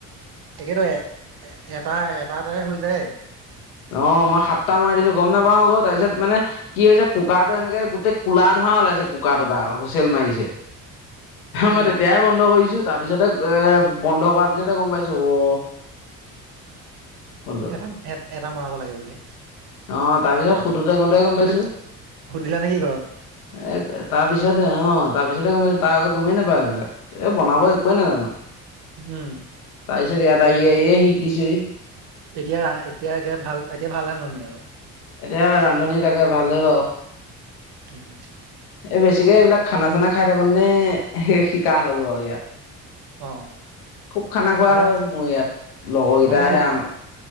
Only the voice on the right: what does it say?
তাকেতো এ এটা এটা এটাৰে হৈ যায়
উম
এটা এ এটা মৰাব লাগে বুলি
সুধি
সুধিলা নেকি ঘৰত
উম
এতিয়া ৰা এতিয়া এতিয়া ভাল এতিয়া ভাল হে ননী আৰু। <unintelligible>
উম।
অ
মানে
মানে